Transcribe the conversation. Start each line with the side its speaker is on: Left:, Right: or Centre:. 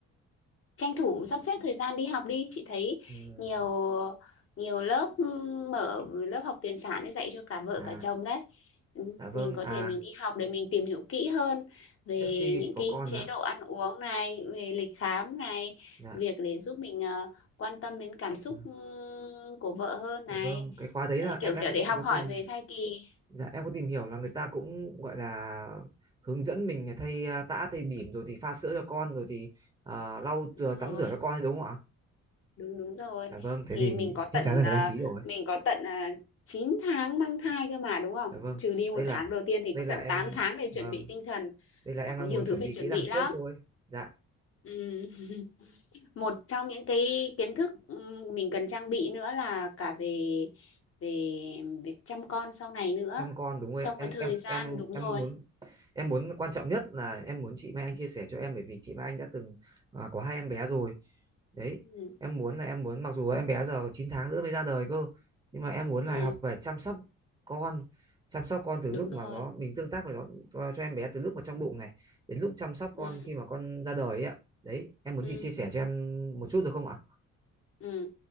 Left: tranh thủ sắp xếp thời gian đi học đi chị thấy
Right: Ừm,
Left: nhiều nhiều lớp ừm, mở lớp học tiền sản để dạy cho cả vợ
Right: à,
Left: cả chồng đấy Ừ,
Right: dạ vâng,
Left: mình có
Right: à
Left: thể mình đi học để mình tìm hiểu kỹ hơn về
Right: trước khi
Left: những
Right: có
Left: cái
Right: con
Left: chế
Right: ạ
Left: độ ăn uống này về lịch khám này
Right: dạ
Left: việc để giúp mình ờ, quan tâm đến cảm xúc
Right: dạ
Left: ừm, của vợ hơn
Right: dạ
Left: này
Right: vâng cái khóa đấy
Left: đấy
Right: là
Left: kiểu
Right: em em
Left: kiểu
Right: em
Left: để học
Right: có
Left: hỏi
Right: tìm
Left: về thai kỳ
Right: dạ em có tìm hiểu là người ta cũng gọi là hướng dẫn mình là thay à, tã thay bỉm rồi thì pha sữa cho con rồi thì à, lau
Left: rồi
Right: chùi- tắm rửa cho con ấy, đúng không ạ
Left: đúng đúng rồi
Right: dạ vâng thế
Left: thì
Right: thì
Left: mình có tận
Right: chắc chắn là phải
Left: à,
Right: đăng ký rồi
Left: mình có tận uh, 9 tháng mang thai cơ mà đúng không
Right: dạ vâng
Left: trừ đi một
Right: đây là
Left: tháng đầu tiên thì
Right: đây
Left: có
Right: là
Left: tận
Right: em
Left: 8 tháng để
Right: vâng
Left: chuẩn bị tinh thần
Right: đây là em
Left: và có
Right: đang
Left: nhiều
Right: muốn
Left: thứ
Right: chuẩn
Left: phải
Right: bị
Left: chuẩn
Right: kỹ năng
Left: bị lắm
Right: trước thôi dạ
Left: ừ. <laughs> một trong những cái kiến thức ừ, mình cần trang bị nữa là cả về về việc chăm con sau này nữa
Right: chăm con đúng rồi
Left: trong
Right: ạ em
Left: cái thời
Right: em
Left: gian
Right: em
Left: đúng
Right: em
Left: rồi
Right: muốn em muốn quan trọng nhất là em muốn chị Mai Anh chia sẻ cho em bởi vì chị Mai Anh đã từng à, có hai em bé rồi đấy
Left: ừ,
Right: em muốn là em muốn mặc dù em bé giờ 9 tháng nữa mới ra đời cơ nhưng mà em muốn
Left: ừ,
Right: là học về chăm sóc con chăm sóc con từ
Left: đúng
Right: lúc
Left: rồi
Right: mà nó mình tương tác với nó cho, cho em bé từ lúc mà trong bụng này đến lúc chăm sóc con
Left: ừ,
Right: khi mà con ra đời ấy ạ đấy em muốn
Left: ừ.
Right: chị chia sẻ cho em một chút được không ạ
Left: Ừ.